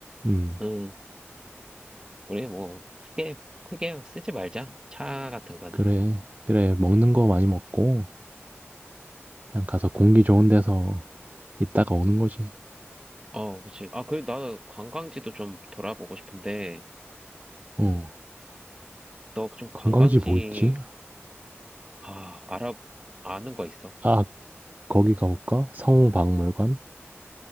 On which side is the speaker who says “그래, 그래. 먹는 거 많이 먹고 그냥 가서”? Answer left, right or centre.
Right